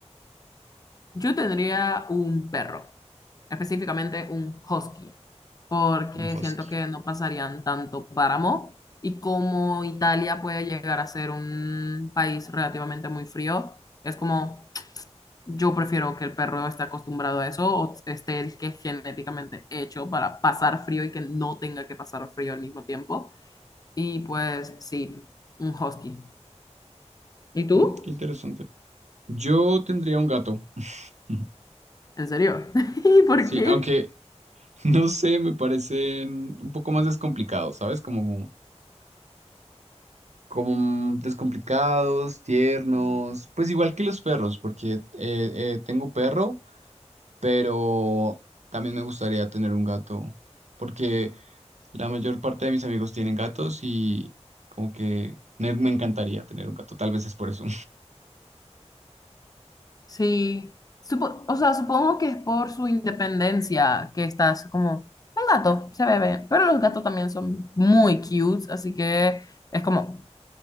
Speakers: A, on the left; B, on the right.
A: Yo tendría un perro, específicamente un husky, porque
B: Un husky.
A: siento que no pasarían tanto páramo y como Italia puede llegar a ser un país relativamente muy frío, es como yo prefiero que el perro esté acostumbrado a eso o esté que genéticamente hecho para pasar frío y que no tenga que pasar frío al mismo tiempo. Y pues sí, un husky. ¿Y tú?
B: Mm, qué interesante. Yo tendría un gato. <laughs>
A: ¿En serio? <laughs> ¿Y por
B: Sí,
A: qué?
B: aunque No sé, me parecen un poco más descomplicados, ¿sabes? Como, como descomplicados, tiernos, pues igual que los perros, porque eh, eh, tengo perro, pero también me gustaría tener un gato, porque la mayor parte de mis amigos tienen gatos y como que me me encantaría tener un gato, tal vez es por eso.
A: Sí. Supo- o sea, supongo que es por su independencia que estás como un gato, se bebe. Pero los gatos también son muy cute, así que es como,